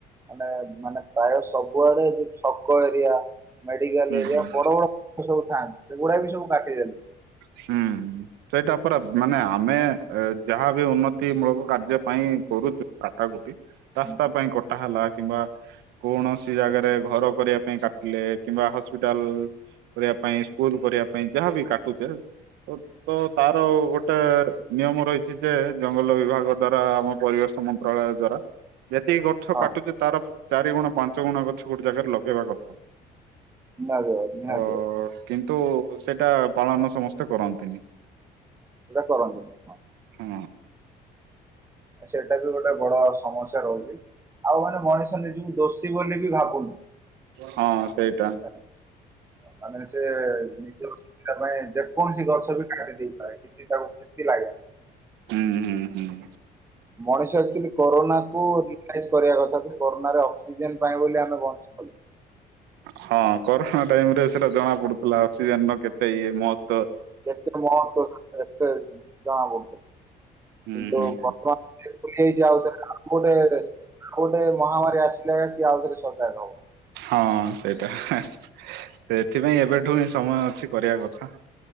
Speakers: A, on the right; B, on the right.
A: ମାନେ ମାନେ ପ୍ରାୟ ସବୁଆଡେ ଯୋଉ ଛକ ଏରିଆ ମେଡିକାଲ
B: ହୁଁ
A: ଏରିଆ,
B: ହୁଁ
A: ବଡ ବଡ ସବୁ ଥାନ୍ତି ସେଗୁଡା ବି ସବୁ କାଟିଦଲେ।
B: ହୁଁ। ସେଇଟା ପରା ମାନେ, ଆମେ ଏ ଯାହା ବି ଉନ୍ନତି ମୂଳକ କାର୍ଯ୍ୟ ପାଇଁ କରୁଚୁ <unintelligible> ରାସ୍ତା
A: ହଁ
B: ପାଇଁ କଟା ହେଲା, କିମ୍ବା କୌଣସି ଜାଗାରେ ଘର କରିବା ପାଇଁ କାଟିଲେ କିମ୍ବା ହସ୍ପିଟାଲ କରିବା ପାଇଁ ସ୍କୁଲ କରିବା ପାଇଁ ଯାହାବି କାଟୁଚେ ତ ତ ତାର ଗୋ ଗୋଟେ ନିୟମ ରହିଛି ଯେ ଜଙ୍ଗଲ ବିଭାଗ ଦ୍ଵାରା ଆମ ପରିବେଶ ମନ୍ତ୍ରାଳୟ ଦ୍ଵାରା, ଯେତିକି ଗଛ
A: ହଁ
B: କାଟୁଛି ତାର ଚାରି ଗୁଣ ପାଞ୍ଚ ଗୁଣ ଗଛ ଗୋଟେ ଜାଗାରେ ଲଗେଇବା କଥା।
A: <unintelligible>
B: ଅ କିନ୍ତୁ ସେଇଟା ପାଳନ ସମସ୍ତେ କରନ୍ତିନି।
A: ସେଟା କରନ୍ତିନି ହଁ।
B: ହୁଁ।
A: ସେଇଟା ବି ଗୋଟେ ବଡ ସମସ୍ୟା ରହୁଛି ଆଉ ମାନେ, ମଣିଷ ନିଜକୁ ଦୋଷୀ ବୋଲି ବି ଭାବୁନି
B: ହଁ। ସେଇଟା
A: <unintelligible> ମାନେ ସେ ନିଜ ଅସୁବିଧା ପାଇଁ ଯେକୌଣସି ଗଛ ବି କାଟି ଦେଇପାରେ। କିଛି ତାକୁ କ୍ଷତି ଲାଗେନା।
B: ହୁଁ ହୁଁ ହୁଁ।
A: ମଣିସ ଏକ୍ଚୁଆଲି କରୋନା କୁ ରିଭାଇସ୍ କରିବା କଥା କରୋନା ରେ ଅସିକ୍ଜେନ ପାଇଁ ବୋଲି ଆମେ ବଞ୍ଚି ପାରୁ
B: ହଁ କରୋନା ଟାଇମ୍ ରେ ସେଟା ଜଣା ପଡୁଥିଲା ଅକ୍ସିଜେନ ର କେତେ ଇଏ ମହତ୍
A: କେତେ ମହତ୍ୱ <unintelligible> କେତେ ଜଣାପଡ଼ୁଥିଲା। କିନ୍ତୁ
B: ହୁଁ ହୁଁ
A: ବର୍ତ୍ତମାନ ଫେର୍ ଫୁଲି ଆଉଥରେ ଆଉ କୋଟେ ଆଉ କୋଟେ ମହାମାରୀ ଆସି ଥିଲା ସିଏ ଆଉଥରେ ସଜାଗା ହବ
B: ହଁ ସେଇଟା ସେଥିପାଇଁ ଏବେଠୁ ହିଁ ସମୟ ଅଛି କରିବା କଥା।